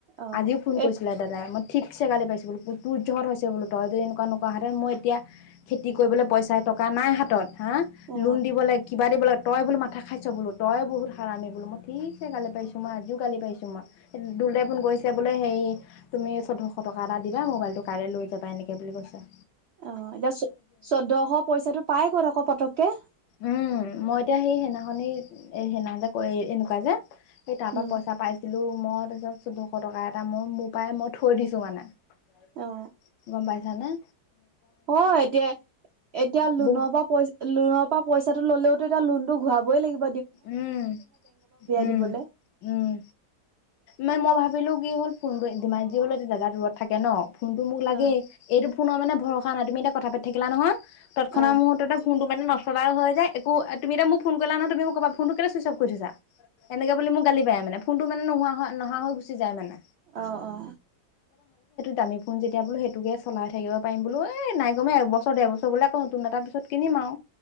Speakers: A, on the right; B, on the left.
A: অ
B: আজিও ফোন কৰিছিলে
A: এ
B: দাদাই মই ঠিক চে গালি পাইছে বোলো তোৰ জত হৈছে বোলো তই যদি এনেকুৱা নুৱ হেতে মই এতিয়া খেতি কৰিবলৈ পইচা । টকা নাই হাতত হা
A: অ
B: লোন দিব লাগ কিবা দিব লাগে তই বোলো মাথা খাইছ বোলো তই । বহুত হাৰামিো মই ঠিকছে গালি পাইছোঁ মই আও গালি পাইছোঁ মই দুুল দেফোন গৈছে বোলে হেৰি তুমি চৈধ্যটা টকা এটা দিবা মোবাইলটো কাইলৈ লৈ যাবা এনেকে বুলি কৈছে ।
A: অ এতিয়া চৈধ্যশ পইচাটো পাই গ'ল আকৌ পতককে ।
B: উম মই এতিয়া সেই সেনাখনিৰ সেনাখন যে এনেকুৱা যে । স তাৰ
A: উম
B: পৰা পইচা পাইছিলো মই তাৰ পিছত দুশ টকা এটা মোৰ মোৰ পৰাই মই থৈ দিছো মানে ।
A: অ
B: গম পাইছা নে?
A: অ এতিয়া এতিয়া লোনৰ
B: বহু
A: পৰা পইচা লোনৰ পৰা পইচাটো ল'লেওতো এয়া লোনটো ঘূৰাই লাগিব ।
B: উম উম
A: দিবলে
B: উম মে মই ভাবিলো । কি হ'ল ফোনটোিমাৰজি হল জোগা ৰূৰত থাকে ন ফোন টো মোক লাগেই
A: অ
B: এইটো ফোননৰ মানে ভৰসা নাই তুমি এয়া কথা পা থাকিলা নহয় তৎক্ষণ
A: অ
B: মুহৰ্ততেোনটো মে ন চবা হৈ যায় একো তুমি এতি মোক ফোন কৰিলা ন তুমি ম কা ফোনটো কে চই অফ কৰি থৈছা । এনেকে বুলি মোক গালি পায় মানে ফোনটো মানে নোহোৱা নহা হৈ গুচি যায় মানে
A: অ অ
B: দাম ফোন যেতি বো সেইটোকে চলাই থাক পাৰিম বো এই নাইমে একবছৰ বছৰ বলেকৌ নতুন এটা পিছত কিনি মাওঁ